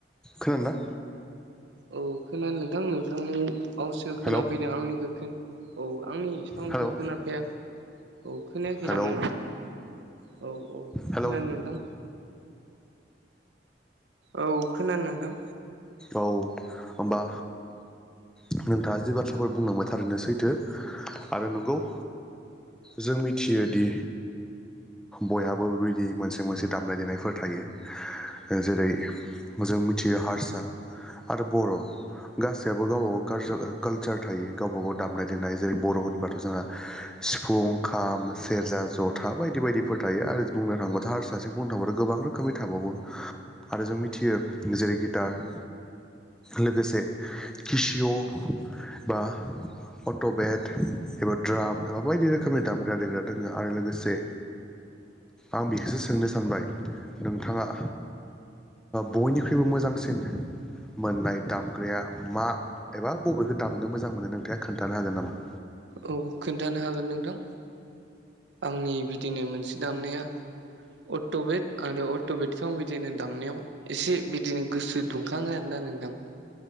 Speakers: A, in the centre; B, on the right (about 80°).
A: खोनादोना
B: औ खोनादो नोंथां नोंथांनि आवासखो खोनाफैदों
A: हेलौ
B: आंनिखो खो औ आंनि सावनिखो
A: हेलौ
B: खोनाफैया औ खोनायाखै
A: हेलौ
B: नामा नोंथां औ औ
A: हेलौ
B: खोनादो नोंथां औ खोनादो नोंथां
A: औ ओमबा नोंथाङा जि बाथ्राफोर बुंलांबाय थारैनो सैथो आरो नंगौ जों मिथियोदि बयहाबो बेबायदि मोनसे मोनसे दामनाय देनायफोर थायो जेरै मोजां मोनथियो हारसा आरो बर' गासैाबबो गावबा गावालार कालसार थायो गावबा गाव दामनाय देनाय जेरै बर' होनबाथ' जोंहा सिफुं खाम सेरजा जथा बायदि बायदिफोर थायो आरो बुंनो थाङोबा हार दासिम बुंनो थांङोबाथ गोबां रोखोमै थाबावो आरो जों मिथियो जेरै गिटार लोगोसे किसिय' बा अट' बेट एबा द्राम एबा बायदि रोखोमनि दामग्रा देग्रा दोङो आरो लोगोसे आं बेखौसो सोंनो सानबाय नोंथाङा बयनिख्रुइबो मोजांसिन मोननाय दामग्राया मा एबा बबेखौ दामनो मोजां मोनो नोंथाङा खोन्थानो हागोन नामा
B: औ खोन्थानो हागोन नोंथां आंनि बिदिनो मोनसे दामनाया अट'बेट आ अट'बेटिक आ बिदिनो दामनायाव एसे बिदिनो गोसो दुंखाङो आरोना नोंथां